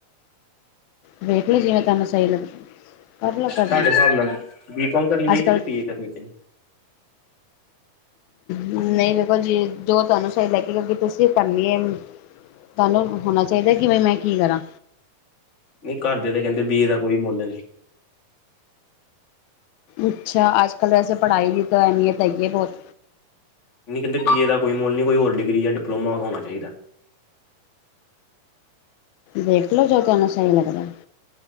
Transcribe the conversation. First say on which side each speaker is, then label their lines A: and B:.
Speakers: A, on the left; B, on the left.
A: ਵੇਖਲੋ ਜਿਵੇ ਤੁਹਾਨੂੰ ਸਹੀ ਲੱਗੇ। ਕਰ ਲਓ ਕਰ
B: ਸਾਡੇ
A: ਲਓ
B: ਹਿਸਾਬ ਨਾਲ, ਬੀ ਕੌਮ ਕਰਨੀ ਚਾਹੀਦੀ
A: ਅੱਜ ਕੱਲ੍ਹ
B: ਏ ਕਿ ਬੀ ਏ ਕਰਨੀ ਚਾਹੀਦੀ?
A: ਹੂੰ ਨਹੀਂ ਵੇਖੋ ਜੀ ਜੋ ਤੁਹਾਨੂੰ ਸਹੀ ਲੈ ਕੇ ਕਿਉਂਕਿ ਤੁਸੀਂ ਕਰਨੀ ਏ ਤੁਹਾਨੂੰ ਹੋਣਾ ਚਾਹੀਦਾ ਕਿ ਕਿਵੇਂ ਮੈਂ ਕੀ ਕਰਾਂ।
B: ਨਹੀਂ ਘਰਦੇ ਤੇ ਕਹਿੰਦੇ ਬੀ ਏ ਦਾ ਕੋਈ ਮੁੱਲ ਨਹੀਂ।
A: ਅੱਛਾ ਅਜਕੱਲ ਵੈਸੇ ਪੜ੍ਹਾਈ ਦੀ ਤਾਂ ਅਹਿਮੀਅਤ ਹੈਗੀ ਏ ਬਹੁਤ।
B: ਨਹੀਂ ਕਹਿੰਦੇ ਬੀ ਏ ਦਾ ਕੋਈ ਮੁੱਲ ਨਹੀਂ ਕੋਈ ਹੋਰ ਡਿਗਰੀ ਜਾਂ ਡਿਪਲੋਮਾ ਹੋਣਾ ਚਾਹੀਦਾ।
A: ਦੇਖਲੋ ਜੋ ਤੈਨੂੰ ਸਹੀ ਲੱਗਦਾ।